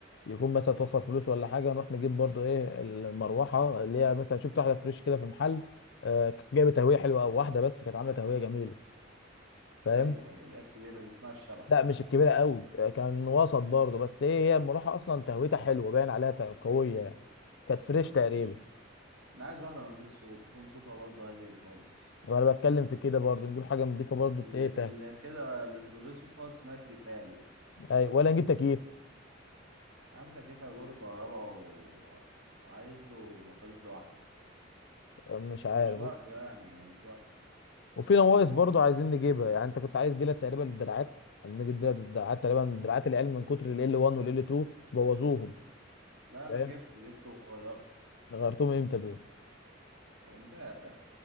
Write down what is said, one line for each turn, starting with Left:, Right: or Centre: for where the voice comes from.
Left: يكون مثلا توفر فلوس ولا حاجه نروح نجيب برضو ايه المروحه اللي هي مثلا شفت واحده فريش كده في محل آه، كانت جايبه تهويه حلوه قوي واحده بس كانت عامله تهويه جميله فاهم
Right: أيوه أيوه اللي هي الكبيرة دي اسمها الشبح
Left: لا مش الكبيره قوي آه، كان وسط برضو بس ايه هي المروحه اصلا تهويتها حلوه باين عليها ت- قويه يعني كانت فريش
Right: يا عم
Left: تقريبا
Right: ماشي أنا عايز واحدة من غير صوت تكون صوتها برضه هادي خالص
Left: وانا بتكلم في كده برضو نجيب حاجه نضيفه برضو
Right: اللي
Left: ت- ايه ته...
Right: اللي كده اللي من غير صوت خالص اسمها تيفال
Left: أي- ولا نجيب تكييف
Right: عامل تكييف هيجر كهرباء و... وعايز له مصاريف لوحده
Left: آه، مش عارف
Right: مش وقته يعني يعني مش وقت
Left: وفي نواقص
Right: ممكن
Left: برضو عايزين نجيبها يعني انت كنت عايز جلد تقريبا للدراعات عايزين نجيب جلد للدراعات تقريبا دراعات العيال من كتر ال L1 وال L2 بوظوهم
Right: لا انا
Left: فاهم
Right: جبت جبت وغيرت
Left: غيرتهم امتى دول
Right: امبارح